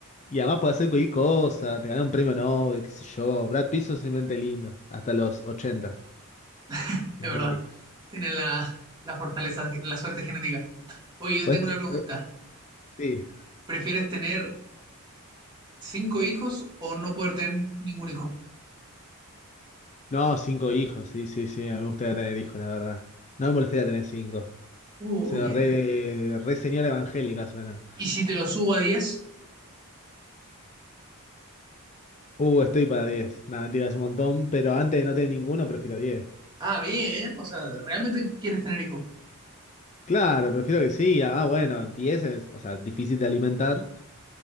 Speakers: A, on the left; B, on the right.
A: Y además puede hacer cualquier cosa, te ganás un premio Nobel, qué sé yo. Brad Pitt es simplemente lindo, hasta los ochenta
B: <laughs>
A: Y
B: Es
A: después
B: verdad.
A: morís.
B: Tienes la, la fortaleza, la suerte genética. Oye, yo
A: Podés-
B: tengo una pregunta.
A: podés- sí.
B: ¿Prefieres tener cinco hijos o no poder tener ningún hijo?
A: No, cinco hijos, sí, sí, sí, a mí me gustaría tener hijos, la verdad. No me molestaría tener cinco.
B: Uh,
A: O sea,
B: bien.
A: re, re señora evangélica suena.
B: ¿Y si te lo subo a diez
A: Uh, estoy para diez. Nada, mentira, es un montón, pero antes de no tener ninguno, prefiero diez.
B: Ah, bien. O sea, ¿realmente quieres tener hijos?
A: Claro, prefiero que sí. Ah, bueno, diez es, o sea, difícil de alimentar,